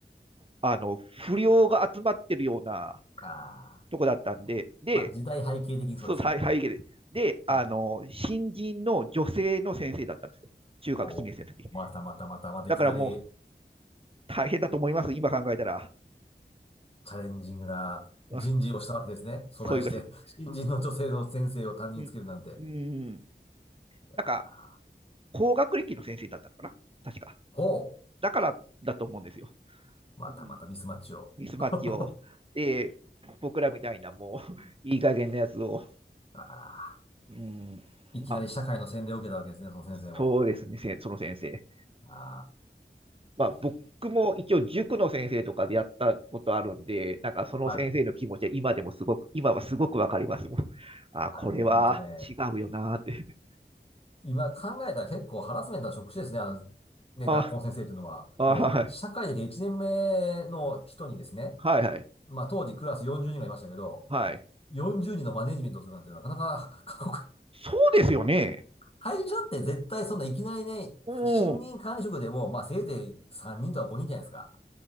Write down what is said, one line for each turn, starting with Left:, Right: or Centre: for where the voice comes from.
Right: あの、不良が集まってるような
Left: ああ。
Right: とこだったんで、で、
Left: まあ、時代背景的にそうですよね。
Right: そう、はいはい、で、で、
Left: はい。
Right: あの、新人の女性の先生だったんですよ。中学1年生の時。
Left: おーまたまたまたまたいきなり
Right: だからもう大変だと思います、今考えたら。
Left: チャレンジングな人事をしたわけですね。
Right: あ
Left: 備えして、
Right: そういうことです。
Left: 新人の女性の先生を担任につけるなんて。
Right: うん。うん。
Left: いやー
Right: なんか、高学歴の先生だったのかな確か。
Left: ほう。
Right: だからだと思うんですよ。
Left: またまたミスマッチを。
Right: うんミスマッチを。
Left: <laughs>
Right: で、僕らみたいなもう、<laughs> いい加減なやつを。
Left: ああ。
Right: うん、
Left: いきなり社会の洗礼を受けたわけですね、
Right: まあ、
Left: その先生も。
Right: そうですね、せその先生。
Left: あ
Right: まあ、僕も一応塾の先生とかでやったことあるんで、なんかその先生の気持ちは今でもすごく、
Left: あ、はい。
Right: 今はすごくわかりますもん。あ、
Left: あれね、
Right: これは違うよなーって。
Left: ほんとね、今考えたら結構ハラスメントの職種ですね、あの、ね、
Right: あ、
Left: 学校の先生というのは。
Right: あ、
Left: もう、
Right: はい、
Left: 社会で1年目の人にですね、
Right: はい、はい、
Left: まあ当時クラス40人がいましたけど、
Right: はい。
Left: 40人のマネジメントをするなんてなかなか <laughs> 過酷。
Right: そうですよね。
Left: 会社って絶対そんないきなりね、
Right: うん。
Left: 新任管理職でも、まあせいぜい3人とか5人じゃないですか。